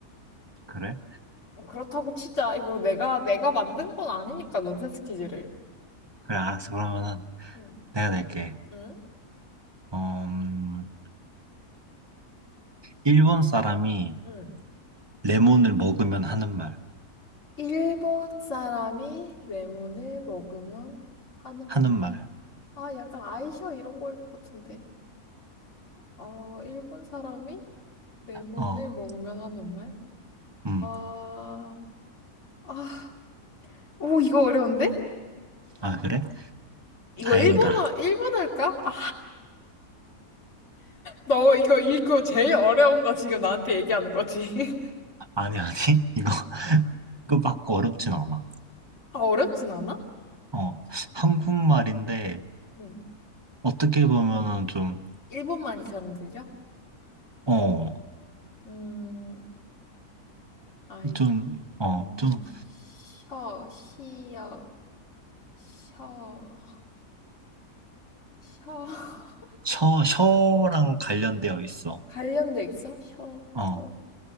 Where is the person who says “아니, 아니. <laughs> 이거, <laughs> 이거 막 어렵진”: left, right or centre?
Right